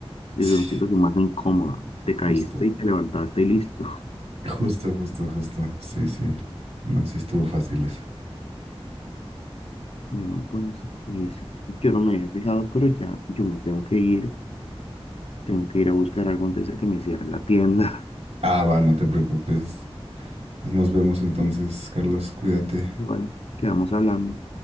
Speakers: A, on the left; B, on the right.
A: Es
B: Sí,
A: una situación más incómoda. Te caíste
B: justo.
A: y te levantaste y listo. <laughs>
B: Justo, justo, justo. Sí, sí. No, sí estuvo fácil eso.
A: Bueno, pues, pues, yo no me había fijado, pero ya yo me tengo que ir. Tengo que ir a buscar algo antes de que me cierre la tienda. <laughs>
B: Ah, va, no te preocupes. Pues nos vemos entonces, Carlos. Cuídate.
A: Y bueno, quedamos hablando.